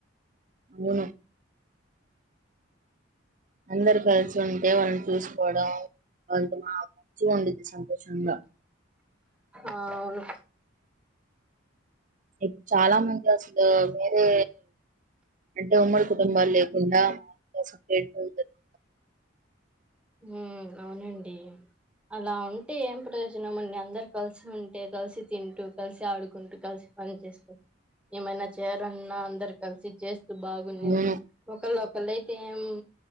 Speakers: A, on the right; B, in the centre.
A: అవును అందరు కలిసి ఉంటే వాళ్ళని చూసుకోవడం వాంత మంచిగా ఉండద్ది సంతోషంగా
B: ఆ అవును
A: ఇప్పుడు చాలా మంది అసలు వేరే అంటే ఉమ్మడి కుటుంబాలు లేక గుండా <unintelligible>
B: హ్మ్ అవునండి అలా ఉంటే ఏం ప్రయోజనం అండి అందరు కలిసి ఉంటే కలిసి తింటూ కలిసి ఆడుకుంటూ కలిసి పని చేస్తూ ఏమైనా చేయాలన్నా అందరు కలిసి చేస్త్, బాగున్నిద్ది
A: అవును
B: ఒకళ అళ అయితేం